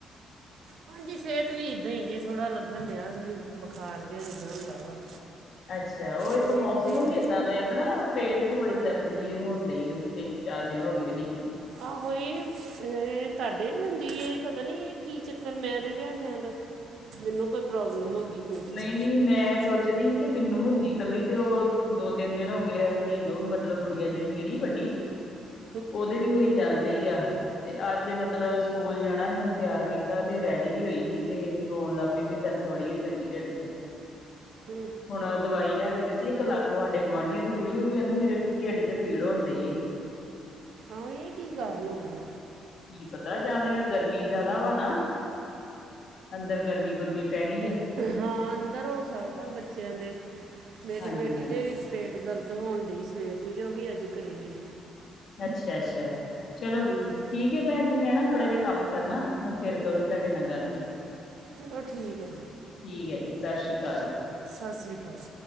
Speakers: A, on the right; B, on the left.
A: ਹਾਂਜੀ ਸੇਹਤ ਵੀ ਇੱਦਾਂ ਹੀ ਜੇ ਥੋੜ੍ਹਾ ਲੱਗਨ ਡਿਆ ਥੋੜ੍ਹੀ ਬੁਖਾਰ ਜਿਹਾ ਇੱਦਾਂ ਹੁੰਦਾ ਵਾ।
B: ਅੱਛਾ ਉਹ ਇੱਕ
A: ਵੇਖਦੇ
B: ਮੌਸਮ ਵੀ ਇਦਾ ਦਾ ਇੱਕ ਨਾ ਪੇਟ ਚ ਬੜੀ ਦਰਦ ਜੀ ਹੋਣ ਦੇਈ ਏ ਤਿੰਨ-ਚਾਰ ਦਿਨ ਹੋ ਗਏ ਨੀ।
A: ਆਹੋ ਏਹ ਤੁਹਾਡੇ ਵੀ ਹੁੰਦੀ ਏ। ਪਤਾ ਨੀ ਏ ਕੀ ਚੱਕਰ ਮੈਂ ਤੇ ਕਿਆ ਸ਼ੇਂਦ ਮੈਨੂੰ ਕੋਈ ਪ੍ਰੋਬਲਮ ਹੋ ਗਈ ਪੇਟ
B: ਨਹੀਂ
A: ਚ।
B: ਨਹੀਂ ਮੈਂ ਸੋਚਦੀ ਹੀ ਕਿ ਮੈਨੂੰ ਹੁੰਦੀ ਕੱਲੀ ਤੇ ਉਹ ਦੋ ਤਿੰਨ ਦਿਨ ਹੋ ਗੇ ਐ ਲੀਨ ਨੂੰ ਮ ਚਲੋ ਗੁਡਿਆ ਐ ਜੇੜੀ ਮੇਰੀ ਵੱਡੀ
A: ਹ
B: ਓਦੇ ਵੀ ਹੋਈ ਜਾਂਨ ਦੇਈ ਆ। ਤੇ ਅੱਜ ਮਤਲਬ ਸਕੂਲ ਜਾਣਾ ਹੀ ਉਹਨੂੰ ਤਿਆਰ ਕੀਤਾ ਤੇ ਰੈਡੀ ਵੀ ਹੋਈ ਹੀ ਤੇ ਰੋਣ ਲੱਪ ਪੀ ਵੀ ਦਰਦ <unintelligible> ੜੀ ਹੋਈ ਜਾਂਦੀ ਢਿੱਡ ਚ।
A: ਹੂੰ
B: ਹੁਣ ਦਵਾਈ ਲੈ ਕੇ ਦਿੱਤੀ ਇੱਕ ਲਾਗੋ ਸਾਡੇ ਗੁਆਂਢੀਆਂ ਦੀ ਕੁੜੀ ਉਹ ਵੀ ਆਹਂਦੀ ਮੇਰੇ ਢਿੱਡ ਚ ਪੀੜ ਹੋਣ ਡਈ ਏ।
A: ਆਹੋ ਇਹ ਕੀ ਕਾਰਨ ਹੋਊਗਾ।
B: ਕੀ ਪਤਾ ਜਾ ਤੇ ਆ ਗਰਮੀ ਜਾਦਾ ਵਾ ਨਾ। ਅੰਦਰ ਗਰਮੀ-ਗੁਰਮੀ ਪੈ ਗੀ ਐ।
A: ਹਾਂ ਅੰਦਰ ਹੋ ਸਕਦਾ ਬੱਚਿਆਂ ਦੇ ਮੇਰੀ
B: ਹਾਂਜੀ
A: ਬੇਟੀ
B: ਹਾਂਜੀ
A: ਦੇ ਵੀ ਪੇਟ ਦਰਦ ਹੋਣ ਡੀ ਸਵੇਰ ਦੀ ਵੀ ਓ ਵੀ ਅੱਜ ਕਰੇ ਹੀ ਐ।
B: ਅੱਛਾ-ਅੱਛਾ ਚਲੋ
A: ਹੂੰ
B: ਠੀਕ ਏ। ਭੈਣ ਜੀ ਮੈਂ ਨਾ ਥੋੜਾ ਜਾ ਕੰਮ ਕਰਨਾ ਮੈਂ ਫੇਰ ਕਰੂੰ ਤੁਹਾਡੇ ਨਾਲ ਗੱਲ।
A: ਚਲੋ ਠੀਕ ਹੈ
B: ਠੀਕ ਹੈ ਜੀ, ਸਸ ਸ੍ਰੀ ਕਾਲ ਜੀ।
A: ਸਸ ਸ੍ਰੀ ਕਾਲ।